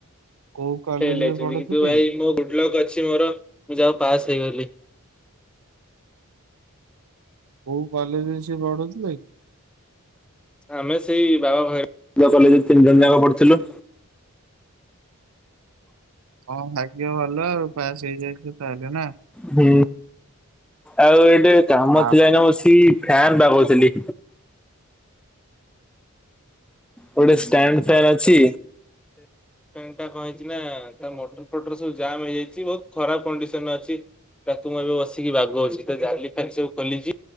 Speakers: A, on the right; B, in the centre.
A: କୋଉ କଲେଜରେ
B: ଫେଲ୍ ହେଇଛନ୍ତି,
A: ପଢୁଥିଲେ?
B: କିନ୍ତୁ ଭାଇ ମୋ ଗୁଡ୍ ଲକ୍ ଅଛି ମୋର ମୁଁ ଯାହା ହଉ ପାସ୍ ହେଇଗଲି।
A: କୋଉ କଲେଜରେ ସିଏ ପଢୁଥିଲା କି?
B: ଆମେ ସେଇ ବାବା ଭୈରବି କଲେଜରେ ତିନି ଜଣ ଯାକ ପଢୁଥିଲୁ।
A: ତମ ଭାଗ୍ୟଭଲ ଆଉ ପାସ୍ ହେଇଯାଇଚ ତାହେଲେ ନା?
B: ହୁଁ ଆଉ ଏଇଠେ କାମ
A: ଆ
B: ଥିଲା ନା ବସିକି ଫ୍ୟାନ୍ ବାଗଉଥିଲି ଗୋଟେ ଷ୍ଟାଣ୍ଡ ଫ୍ୟାନ୍ ଅଛି ଫ୍ୟାନଟା କଣ ହେଇଚି ନା ତା ମଟର ଫଟର ସବୁ ଜାମ ହେଇଯାଇଚି ବହୁତ ଖରାପ କଣ୍ଡିସନ ଅଛି ତାକୁ ମୁଁ ଏବେ ବସିକି ବାଗଉଚି ତା ଜାଲି ଫାଲି ସବୁ ଖୋଲିଚି